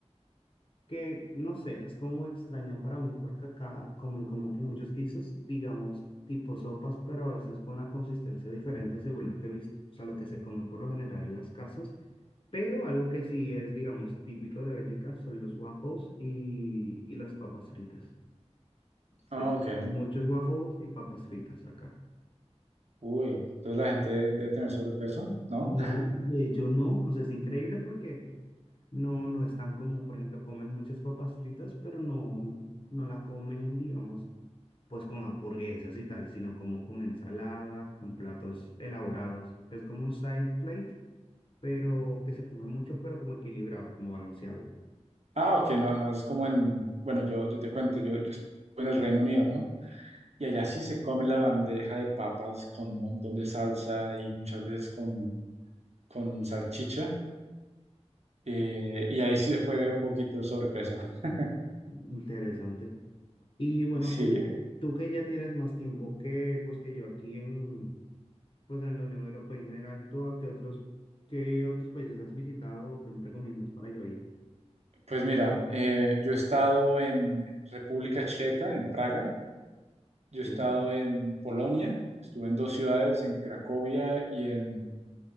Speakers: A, on the left; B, on the right.
A: que no sé, es como extraña para mí porque acá comen como que muchos guisos, digamos, tipo sopas, pero a veces con una consistencia diferente según lo que he visto, o sea, lo que se come por lo general en las casas, pero algo que sí es, digamos, típico de Bélgica son los waffles y, y las papas fritas. Se
B: Ah,
A: comen
B: ok.
A: muchos waffles y papas fritas acá.
B: Uy, entonces la gente debe tener sobrepeso, ¿no?
A: No, de hecho no, o sea, es increíble porque no, no es tan común, por ejemplo, comen muchas papas fritas, pero no, no la comen, digamos pues con hamburguesas y tal, sino como con ensaladas, con platos elaborados. Es como un side plate, pero que se come mucho, pero como equilibrado, como balanceado.
B: Ah, ok, no, no es como en, bueno, yo, yo te cuento, yo, yo estuve en el Reino Unido, ¿no? Y allá sí se come la bandeja de papas con un montón de salsa y muchas veces con, con salchicha. eh, y ahí sí se puede ver un poquito el sobrepeso. <laughs>
A: Interesante. Y bueno,
B: Sí,
A: oye, tú que ya tienes más tiempo que pues que yo aquí en pues en la Unión Europea en general, ¿tú a qué otros qué otros países has visitado o qué me recomiendas para yo ir?
B: pues mira, eh, yo he estado en República Checa, en Praga, yo
A: Sí.
B: he estado en Polonia, estuve en dos ciudades, en Cracovia y en